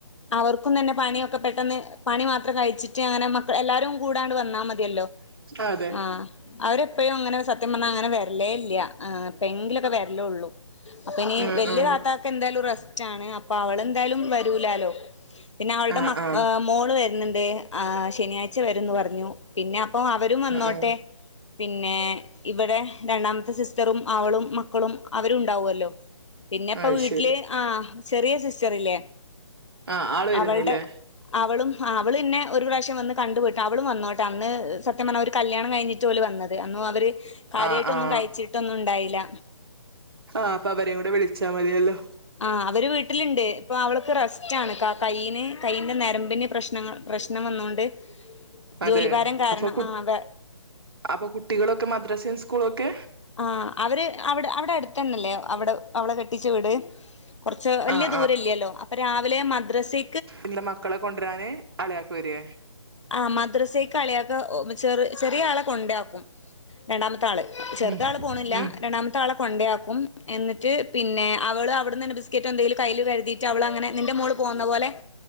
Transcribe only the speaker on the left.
അവർക്കും തന്നെ പണിയൊക്കെ പെട്ടെന്ന് പണി മാത്രം കഴിച്ചിട്ട് അങ്ങനെ- എല്ലാരും കൂടാണ്ട് വന്നാ മതിയല്ലോ
ആഹ് അവരെപ്പോഴും അങ്ങനെ സത്യം പറഞ്ഞാൽ അങ്ങനെ വരലേ ഇല്ല ഇപ്പ എങ്കിലൊക്കെ വരലേള്ളൂ അപ്പ ഇനി
വല്യ
താത്താക്ക് എന്തായാലും റെസ്റ്റ് ആണ് അപ്പൊ അവള് എന്തായാലും വരൂലാലോ പിന്നെ അവളുടെ
മ
മോള് വരുന്നുണ്ട് ശനിയാഴ്ച വരന്ന് പറഞ്ഞു പിന്നെ അപ്പൊ അവരും വന്നോട്ടെ
പിന്നെ ഇവിടെ- രണ്ടാമത്തെ സിസ്റ്ററും അവളും മക്കളും അവരുണ്ടാവുമല്ലോ പിന്നെപ്പ
വീട്ടില്
ആഹ് ചെറിയ സിസ്റ്റർ ഇല്ലേ
അവൾടെ - അവളും അവള് പിന്നെ ഒരു പ്രാവശ്യം വന്ന് കണ്ടു പോയിട്ട് അവളും വന്നോട്ടെ അന്ന് സത്യം പറഞ്ഞാൽ ഒരു കല്യാണം കഴിഞ്ഞിട്ട്- ട്ട് ഓല് വന്നത് അന്നും അവര് കാര്യമായിട്ടൊന്നും
കഴിച്ചിട്ടൊന്നും ഉണ്ടായില്ല
ആഹ് അവര് വീട്ടിലുണ്ട് ഇപ്പൊ അവളക്ക് റസ്റ്റ് ആണ് ആഹ് കൈയിന് കയ്യിൻന്റെ നരമ്പിന് പ്രശ്നങ്ങ പ്രശ്നം വന്നൊണ്ട്
ജോലി ഭാരം കാരണം
ആഹ് അതെ
ആഹ് അവര് അവിടെ അവിടെ അടുത്തന്നല്ലേ അവിടെ അവള കെട്ടിച്ച വീട് കുറച്ച് വലിയ
ദൂരല്ല്യാല്ലോ അപ്പൊ രാവിലെ മദ്രസ-
ആഹ് മദ്രസക്ക് അളിയാക്ക ചെറ ചെറിയ ആളെ കൊണ്ടാക്കും രണ്ടാമത്തെ ആള് ചെറുത
ആള് പോണില്ല
രണ്ടാമത്തെ ആളെ കൊണ്ടാക്കും എന്നിട്ട് പിന്നെ അവള് അവിടെന്ന് തന്നെ ബിസ്ക്കറ്റ് എന്തെങ്കിലും കയ്യില് കരുതിട്ട് ട്ട് അവള് അങ്ങനെ നിന്റെ മോള് പോകുന്ന പോലെ-